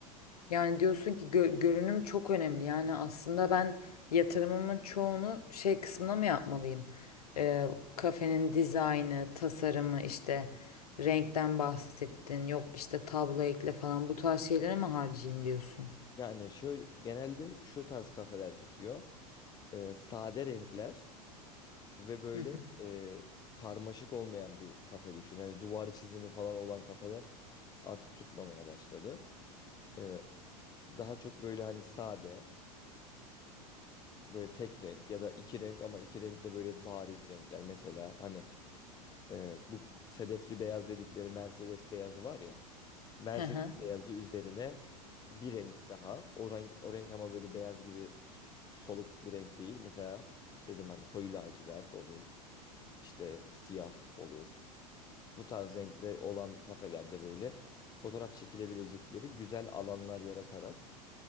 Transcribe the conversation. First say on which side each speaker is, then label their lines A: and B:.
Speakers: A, on the left; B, on the left.
A: Yani diyorsun ki gö- görünüm çok önemli. Yani aslında ben yatırımımın çoğunu şey kısmına mı yapmalıyım? Ee, kafenin dizaynı, tasarımı işte renkten bahsettin. Yok işte tablo ekle falan bu tarz şeylere mi harcayayım diyorsun?
B: Yani şöyle genelde şu tarz kafeler tutuyor. E, sade renkler ve böyle
A: Hı hı.
B: e, karmaşık olmayan bir kafe düşün. Hani duvar çizimi falan olan kafeler artık tutmamaya başladı. E, daha çok böyle hani sade. böyle tek renk ya da iki renk ama iki renk de böyle bariz renkler. Mesela hani e, bu sedefli beyaz dedikleri Mercedes beyazı var ya. Mercedes
A: Hı hı.
B: beyazı üzerine bir renk daha. O renk, o renk ama böyle beyaz gibi s- soluk bir renk değil. Mesela dedim hani koyu lacivert olur. işte siyah olur. Bu tarz renkli olan kafelerde böyle fotoğraf çekilebilecekleri güzel alanlar yaratarak